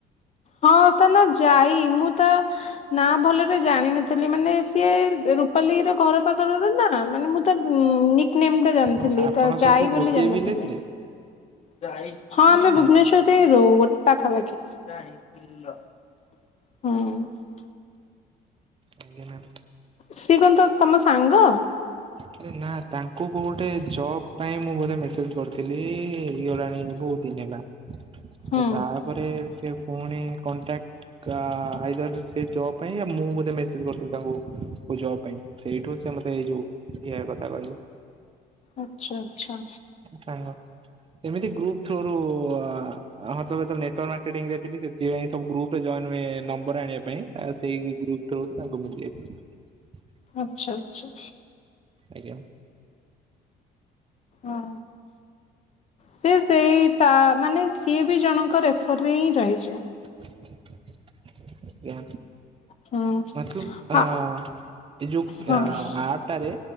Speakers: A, on the left; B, on the right.
A: ହଁ ତା ନା ଯାଇ ମୁଁ ତା ନା ଭଲରେ ଜାଣିନଥିଲି ମାନେ ସିଏ ପାଲି ର ଘର ପାଖର ନା ମାନେ ମୁଁ ତା ନିକ ନେମ ଟା ଜାଣିଥିଲି
B: ଓ ଆପଣ
A: ତ ଯାଇ
B: ସବୁ
A: ବୋଲି
B: ଗୋଟିଏ
A: ଜାଣିନଥିଲି।
B: ଭିଲେଜ ରେ?
A: ହଁ ଆମେ ଭୁବନେଶ୍ୱର
B: ଓହୋ
A: ରେ ରୁ ପାଖାପାଖି ହଁ
B: ଆକ ନ <inaudible>
A: ସିଏ କଣ ତ ତମ ସାଙ୍ଗ
B: ଆରେ ନା ତାଙ୍କୁ କଉଁ ଗୋଟେ ଜବ୍ ପାଇଁ ମୁଁ ବୋଧେ ମେସ ମେସେଜ କରିଥିଲି ହେଇ ଗଲାଣି ବହୁତ ଦିନ ହେଲା। ଆଉ
A: ହୁଁ
B: ତାପରେ ସେ ପୁଣି କଣ୍ଟାକ୍ଟ ଆଇଦର ସେ ଜବ୍ ପାଇଁ ମୁଁ ବୋଧେ ମେସେଜ୍ କରିଥିଲି ତାଙ୍କୁ ଜବ୍ ମୋ ପାଇଁ ସେଇଠୁ ସେ ମତେ ଏଇ ଯୋଉ ଏହା କଥା କହିଲି
A: ଆଛା ଆଛା
B: ସାଙ୍ଗ ଏମିତି ଗ୍ରୁପ ଥ୍ରୋଉଘ ରୁ ହଁ ତେଵେତ ନେଟୱର୍କ ମାର୍କେଟିଙ୍ଗ ରେ ଥିଲି ସେଥିପାଇଁ ସବୁ ଗ୍ରୁପ ଜଏନ୍ ହୁଏ ନମ୍ବର ନମ୍ବର ଆଣିବା ପାଇଁ ସେଇ ଗ୍ରୁପ ଥ୍ରୋଉଘ ତାଙ୍କୁ ମିଳିଯାଇଛି।
A: ଆଛା ଆଛା
B: ଆଜ୍ଞା
A: ଓ ସେ ସେଇ ତା ମାନେ ସିଏ ବି ଜଣଙ୍କ ରେଫରରେ ହିଁ ରହିଛି
B: ଆଜ୍ଞା
A: ହୁଁ
B: ମତଲବ
A: ହଁ
B: ଆ ଏ ଯୋଉ
A: ହଁ।
B: ଆପଟାରେ